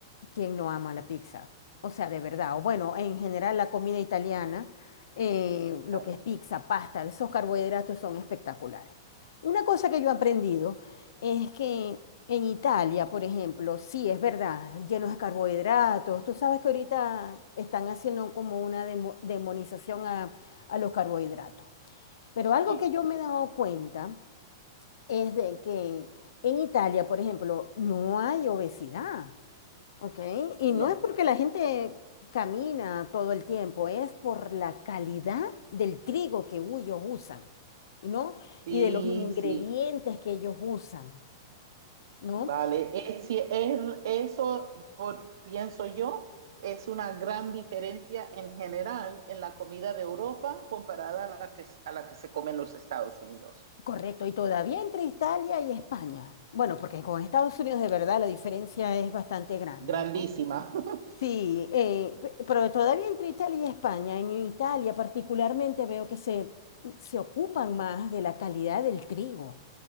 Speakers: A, on the left; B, on the right.
A: ¿quién no ama la pizza? O sea, de verdad, o bueno, en general la comida italiana, eh,
B: Claro.
A: lo que es pizza, pasta, esos carbohidratos son espectaculares. Una cosa que yo he aprendido es que en Italia, por ejemplo, sí es verdad, llenos de carbohidratos. Tú sabes que ahorita están haciendo como una demo- demonización a, a los carbohidratos. Pero algo
B: Sí,
A: que yo me he dado cuenta es de que en Italia, por ejemplo, no hay obesidad, ¿ok? Y
B: no.
A: no es porque la gente camina todo el tiempo, es por la calidad del trigo que ellos usan, ¿no?
B: Sí,
A: Y de los ingredientes
B: sí.
A: que ellos usan, ¿no?
B: Vale, es, si es, eso por, pienso yo es una gran diferencia en general en la comida de Europa comparada a la que, a la que se come en los Estados Unidos.
A: Correcto, y todavía entre Italia y España. Bueno, porque con Estados Unidos de verdad la diferencia es bastante grande.
B: Grandísima. <laughs>
A: Sí, eh, pe- pero todavía entre Italia y España, en Italia particularmente veo que se, se ocupan más de la calidad del trigo,